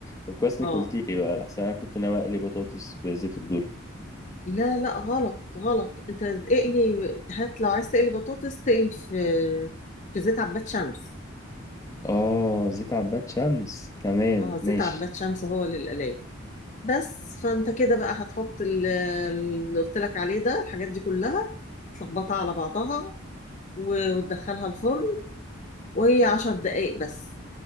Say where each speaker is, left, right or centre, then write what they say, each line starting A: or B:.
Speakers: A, on the left (about 15°); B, on the left (about 40°).
A: طب كويس انك
B: اه
A: قلتي لي بقى احسن انا كنت ناوي اقلي بطاطس بزيت الذرة
B: لا لا غلط غلط انت اقلي هات لو عايز تقلي بطاطس تقلي في في زيت عباد شمس
A: اه زيت عباد شمس تمام
B: اه زيت
A: ماشي
B: عباد شمس هو للقلايه بس فانت كده بقى هتحط ال- اللي قلت لك عليه ده الحاجات دي كلها تلخبطها على بعضها و- وتدخلها الفرن وهي عشر دقايق بس